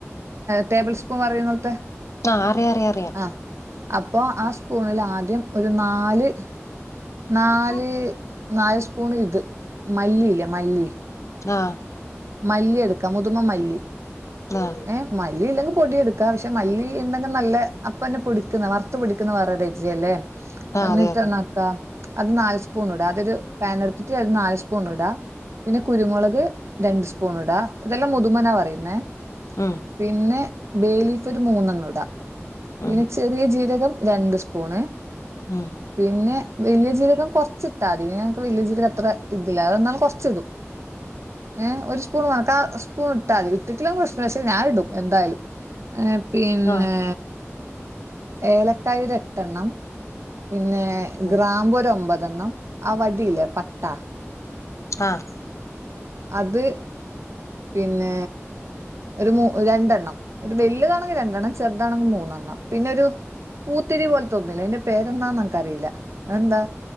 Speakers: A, on the right; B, on the left.
A: ടേബിൾ സ്പൂൺ പറയുന്നോൽത്തെ
B: ആഹ് അറിയാം അറിയാം അറിയാം
A: ആഹ് അപ്പോ ആ സ്പൂണിൽ ആദ്യം ഒരു നാല് നാല്
B: ആഹ്
A: നാല് സ്പൂണ് ഇത് മല്ലിയില്ലേ മല്ലി
B: ആഹ്
A: മല്ലിയെടുക്കാ മുതുമ മല്ലി
B: ആഹ്
A: ഏ മല്ലി ഇല്ലെങ്കിൽ പൊടി എടുക്കാ പക്ഷെ മല്ലി ഇണ്ടെങ്കിൽ നല്ല അപ്പന്നെ പൊടിക്കുന്ന വറുത്ത് പൊടിക്കുന്ന വേറെ രുചിയല്ലേ എന്നിട്ടെന്നാ
B: അതെ അതെ
A: ക്ക അത് നാല് സ്പൂൺ ഇടാ അതൊരു പാൻ എടുത്തിട്ട് അത് നാല് സ്പൂൺ ഇടാ. പിന്നെ കുരുമുളക് രണ്ട് സ്പൂൺ ഇടാ ഇതെല്ലാം മുതുമന പറയുന്നേ
B: ഉം
A: പിന്നെ ബേ ലീഫ് ഒരു മൂന്നെണ്ണം ഇടാ പിന്നെ
B: ഉം
A: ചെറിയ ജീരകം രണ്ട് സ്പൂണ്.
B: ഉം.
A: പിന്നെ വലിയ ജീരകം കുറച്ചിട്ടാതി ഞങ്ങക്ക് വലിയ ജീരകം അത്ര ഇതില്ല അത്‌ എന്നാലും കുറച്ചിടും. ഏഹ് ഒരു സ്പൂൺ മണക്കാ സ്പൂൺ ഇട്ടാ മതി ഇട്ടിട്ടില്ലേ പ്രശ്നം ഇല്ല പക്ഷെ ഞാന് ഇടും എന്തായാലും. ഏഹ് പിന്നെ.
B: ആഹ്
A: ഏലക്കായി ഒരു എട്ടെണ്ണം പിന്നെ
B: ഉം
A: ഗ്രാമ്പു ഒരു ഒമ്പതെണ്ണം ആഹ് വടിയില്ലേ പട്ട.
B: ആഹ്.
A: അത് പിന്നെ ഒരു മൂ രണ്ടെണ്ണം ഒരു വല്ല്യതാണെങ്കിൽ രണ്ടെണ്ണം ചെറുതാണെങ്കിൽ മൂന്നെണ്ണം പിന്നെ ഒരു പൂത്തിരി പോലത്തെ ഒന്നില്ലേ അതിൻ്റെ പേരെന്നാ എനക്കറിയില്ല അത്‌ എന്താ